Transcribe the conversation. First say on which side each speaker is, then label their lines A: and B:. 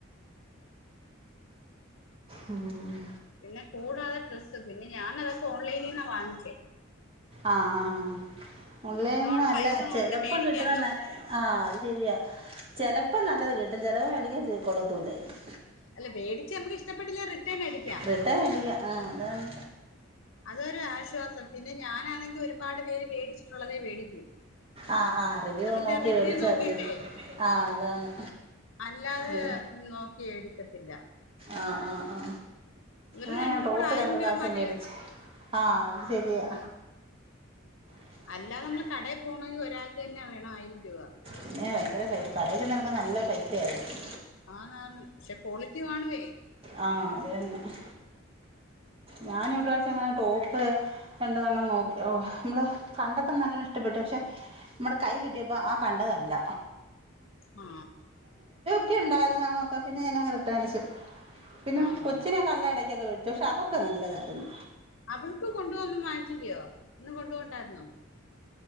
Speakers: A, on the right; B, on the left.
A: മ്മ് മ്മ്
B: പിന്നെ കൂടാതെ ഡ്രസ്സ് പിന്നെ ഞാന തൊക്കെ ഓൺലൈനീന്നാ വാങ്ങിച്ചെ
A: അ അ അ ഓൻലൈൻന്ന്
B: അതവിടെ
A: നല്ല
B: പൈസ
A: ചെലപ്പം
B: നോക്കി മേടിക്കാമല്ലോ
A: കിട്ടുന്ന ന ആ അഹ് ശരിയാ ചെലപ്പം നല്ലത് കിട്ടും ചെലപ്പോ മേടിക്ക കൊള്ളത്തില്ലായിരിക്കും
B: അല്ല മേടിച്ച് നമുക്ക് ഇഷ്ടപ്പെട്ടില്ല റിട്ടേൺ അടിക്കാം
A: റിട്ടേൺ അടിക്കാം ആ അതാണ്
B: അതൊരു ആശ്വാ പിന്നെ ഞാനാണെങ്കിൽ ഒരുപാട് പേര് മേടിച്ചിട്ടുള്ളതേ മേടിക്കും,
A: ആ ആ റിവ്യൂ
B: അതിന്റെ
A: നോക്കി
B: റിവ്യൂ
A: മേടിച്ചാൽ
B: നോക്കിട്ടെ
A: മതി ആ അതാണ്
B: അല്ലാതെ
A: ഇത്.
B: നോക്കി എടുക്ക ത്തില്ല
A: ആ ആ ആ
B: ഇവര്
A: ആഹ്
B: രണ്ടു
A: ടോപ്പ്
B: കൂടെ ആയിരം
A: രണ്ടു
B: രൂപ
A: പ്രാവശ്യം
B: മതി
A: മേടിച്ചു, ആ അത് ശരിയാ. <unintelligible>
B: അല്ലാതെ നമ്മൾ കടയിൽ പോകണമെങ്കിൽ ഒരാൾക്ക് തന്നെ വേണം ആയിരം രൂപ
A: പിന്നെ ഭയങ്കര കയ്യി കടയിൽ ചെന്ന ഓക്കെ നല്ല പൈസയായിരിക്കും.
B: ആന്നു ആന്നു പക്ഷെ ക്വാളിറ്റി കാണുവെ.
A: ആ അത് തന്നെ ഞാൻ ഒരു പ്രാവശ്യം എങ്ങനെ ടോപ്പ് രണ്ടു മൂന്നെണ്ണം നോക് ഒ നമ്മള് കണ്ടപ്പോ നല്ലോണം ഇഷ്ടപ്പെട്ടു, പക്ഷെ നമ്മുടെ കൈ കിട്ടിയപ്പോ ആ കണ്ടതല്ല.
B: ആ
A: ഒക്ക ഉണ്ടായിരുന്നു നോക്കാ പിന്നെ ഞാനങ്ങു റിട്ടൺ അടിച്ചു. പിന്നെ
B: ആണോ
A: കൊച്ചിനെ കല്ലട ക്കതവെച്ചു ക്ഷെ അത് ഒക്കെ നല്ലതായിരുന്നു.
B: അവൾക്ക് കൊണ്ട് പോകാൻ ന്നു വാങ്ങിച്ചില്ലയോ, ഒന്നുകൊണ്ട് പോണ്ടായിരുന്നോ?